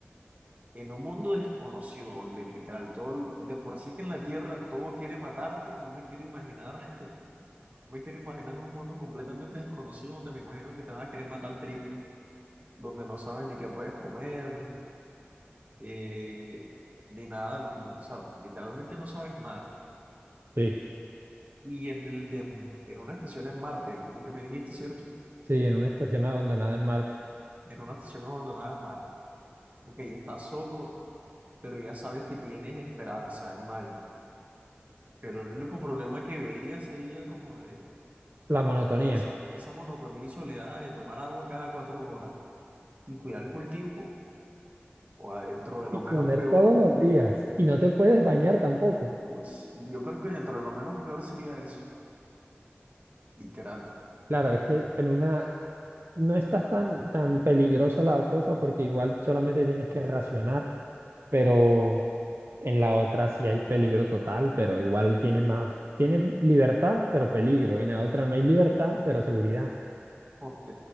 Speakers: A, on the right (about 35°); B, on the right (about 60°).
A: en un mundo desconocido, donde literal todo, de por sí que en la Tierra todo quiere matarte, no me quiero imaginar. Me quiero imaginar un mundo completamente desconocido donde me imagino que te vas a querer matar triple, donde no sabes ni qué puedes comer, eh, ni nada, ni- o sea, literalmente no sabes nada.
B: Sí,
A: Y en el de, en una estación en Marte, fue que me dijiste, ¿cierto?
B: sí, en una estación abandonada en Marte.
A: En una estación abandonada en Marte. Ok, estás solo, pero ya sabes que tienes esperanza en un año. Pero el único problema que vería sería como de,
B: La monotonía.
A: como de esa, esa monotonía y soledad de tomar agua cada cuatro horas y cuidar el cultivo O adentro de lo
B: Y comer
A: menos peor,
B: todos los días. Y no te puedes bañar tampoco.
A: pues yo creo que dentro de lo menos peor sería eso, literal.
B: Claro, es que en una no estás tan, tan peligrosa la cosa porque igual solamente tienes que racionar, pero... En la otra sí hay peligro total, pero igual tiene más, tiene libertad, pero peligro. En la otra no hay libertad, pero seguridad.
A: Ok,